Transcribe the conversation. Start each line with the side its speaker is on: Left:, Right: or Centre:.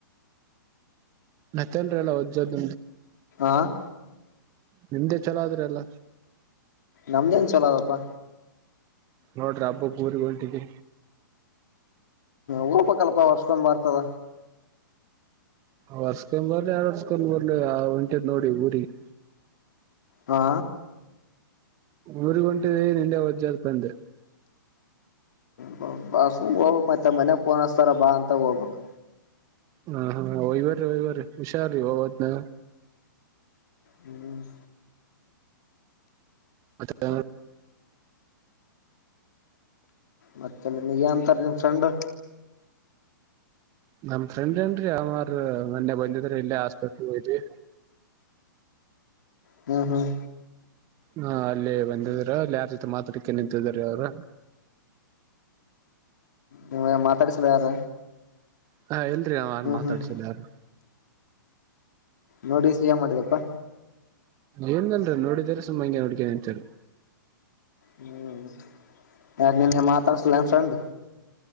Right: ಮತ್ತೇನ್ರಿಲ್ಲ ವಜ್ಜದ್ದ
Left: ಆ
Right: ನಿಮ್ದೇ ಚಲೋ ಆದ್ರೆ ಅಲ್ಲ
Left: ನಮ್ದೇನ್ ಚಲೋದಪ್ಪಾ
Right: ನೋಡ್ರಿ ಹಬ್ಬಕ್ ಊರಿಗೆ ಹೊಂಟಿರಿ
Left: ಹೋಬಕ್ ಅಲ್ಲಪಾ ವರ್ಷಕೊಮ್ಮೆ ಬರ್ತದ
Right: ವರ್ಸ್ಕೊಂಡ್ ಬರ್ ಆಡ್ ವರ್ಸ್ಕೊಂಡ್ ಬರ್ಲಿ ಆ ಒಂಟದ ನೋಡಿ ಊರಿಗೆ
Left: ಹಾ
Right: ಊರಿಗೆ ಹೊಂಟಿಯ ಇಲ್ಲೇ ಹೊಜತ್ ಬಂದೆ
Left: ಹ ಬ ಸುಮ್ ಹೋಗಬಕ್ ಮತ್ತ ಮನ್ಯಾಗ ಪೋನ್ಸ್ತಾರ ಬಾ ಅಂತ ಹೋಗ್ಬಬೇಕ್
Right: ಹಾ ಹಾ ಹೋಯ ಬರೀ ಹೋಯ ಬರೀ ಹುಷಾರ ರೀ ಹೋಬವತನ
Left: ಹ್ಮ್
Right: ಅತ್ತ
Left: ಮತ್ತೆಲ್ಲ ನೀ ಏನಂತರ ನಿಮ್ ಫ್ರೆಂಡ್
Right: ನಮ ಫ್ರೆಂಡ್ ಏನ್ರೀ ಅವ್ರ್ ಮೊನ್ನೆ ಬಂದಿದ್ರ ಇಲ್ಲೇ ಹಾಸ್ಪೆಟ್ಲ್ಯ ಹೋಗಿದೀವಿ
Left: ಹ್ಮ್ ಹ್ಮ್
Right: ಹಾ ಅಲ್ಲಿ ಬಂದಿದೀರ ಅಲ್ಲಿ ಯಾರ ಜೊತೆ ಮಾತಾಡಕ್ಕೆ ನಿಂತಿದ್ರ ಅವ್ರ
Left: ನೀ ಮಾತಾಡಿಸಿಲ್ಲ ಯಾರ
Right: ಹಾ ಇಲ್ರಿ ಆವಾ
Left: ಹ್ಮ್
Right: ಮಾತಾಡ್ಸಿಲ್ಲ
Left: ಹ್ಮ್
Right: ಯಾರು
Left: ನೋಡಿ ಸಿ ಎ ಮಾಡಿದಪ್ಪಾ
Right: ಏನ್ನಲ್ರರಿ ನೋಡಿದವರಿ ಸುಮ್ಮ ಹಂಗೆ ನೋಡ್ಕ ಅಂತರಿ
Left: ಹ್ಮ್ ಯಾಕ್ ನಿನ್ನೆ ಮಾತಾಡ್ಸಲನ್ ಫ್ರೆಂಡ್